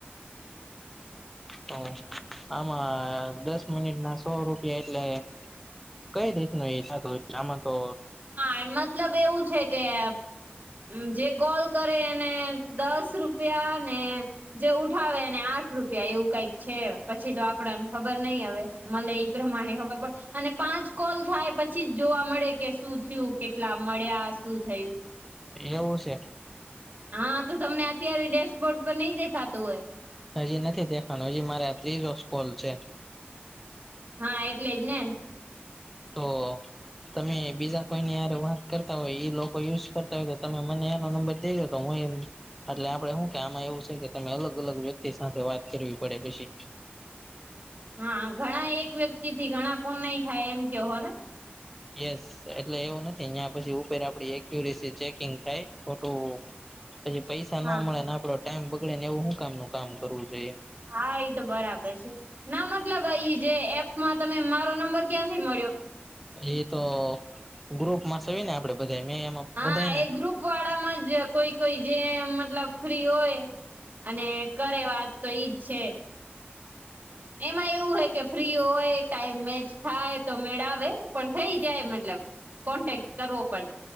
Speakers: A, in the centre; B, on the right.
A: હ આમાં દસ મિનિટ ના સો રૂપિયા એટલે કઈ રીતનું <unintelligible> આમાં તો
B: એ મતલબ એવું કે હમ જે કોલ કરે એને દસ રૂપિયા ને જે ઉઠાવે એને આઠ રૂપિયા એવું કઈક છે પછી તો આપણા ને ખબર નહી આવે મલે એ પ્રમાણે ખબર પડે અને પાંચ કોલ થાય પછી જ જોવા મળે. કે શું થયું કેટલા મળ્યા શું થયું?
A: એવું છે?
B: હા તો તમને અત્યારે ડેશબોર્ડ પર નહી દેખાતું હોય.
A: હજી નથી દેખાનું હજી મારે ત્રીજો કોલ છે.
B: હા એટલે જ ને-
A: તો તમે બીજા કોઈ ની યારે વાત કરતા હોય એ લોકો યુઝ કરતા હોય તો તમે મને એનો નંબર દઈ દો તો હું એમ એટલે આપણે શું કે આમાં એવું છે કે તમે અલગ અલગ વ્યક્તિ સાથે વાત કરવી પડે પછી.
B: હા ઘણા એક વ્યક્તિ થી ઘણા ફોન નહી થાય એમ કે હો ને.
A: યસ એટલે એવું નથી ત્યા પછી ઉપર આપણી એક્યુરસી ચેકિંગ થાય ખોટું. પછી પૈસા ન
B: હા
A: મળે ને આપણો ટાઈમ બગડે ને એવું શું કામ ન કામ કરવું જોઈએ.
B: હા એ તો બરાબર છે. ના મતલબ આ જે એપમાં તમે મારો નંબર ક્યાંથી મળ્યો.
A: એ તો ગ્રુપ માં છીએ ને આપણે બધા મેં એમાં
B: હા
A: બધાને
B: એ ગ્રુપ વાળામાં જ કોઈ કોઈ જે મતલબ ફ્રી હોય. અને કરે વાત તો ઈજ છે. એમાં એવું હોય કે ફ્રી હોય ટાઈમ મેચ થાય તો મેળાવે પણ થઈ જાય મતલબ કોન્ટેક્ટ કરવો પડે.